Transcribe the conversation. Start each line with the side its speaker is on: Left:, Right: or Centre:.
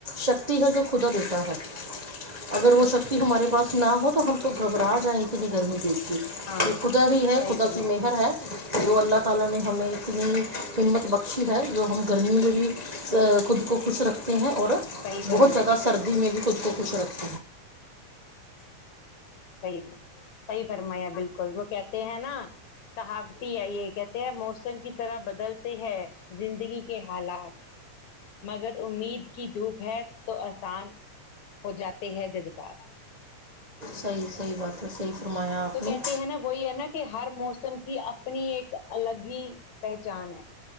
Right: شکتی ہے جو خدا دیتا ہے اگر وہ شکتی ہمارے پاس نہ ہو تو ہم تو گھبرا جائیں اتنے گرمی دیکھ کے
Left: ہاں
Right: خدا ہی ہے
Left: صحیح
Right: خدا
Left: فرمایا
Right: کی مہر ہے جو اللہ تعالی نے ہمیں اتنی ہمت بخشی ہے جو ہم گرمی میں بھی خود کو خوش رکھتے ہیں اور
Left: صحیح فرمایا
Right: بہت زیادہ سردی میں بھی خود کو خوش رکھ تے ہے
Left: صحیح صحیح فرمایا بالکل وہ کہتے ہیں نا صحاوتی ہے یہ کہتے ہیں موسم کی طرح بدلتے ہیں زندگی کے حالات مگر امید کی دھوپ ہے تو آسان ہو جاتے ہے ددگار
Right: صحیح صحیح بات ہے صحیح فرمایا آپ
Left: تو کہتے
Right: نے
Left: ہیں نا وہی ہے نا کہ ہر موسم کی اپنی ایک الگ ہی پہچان ہے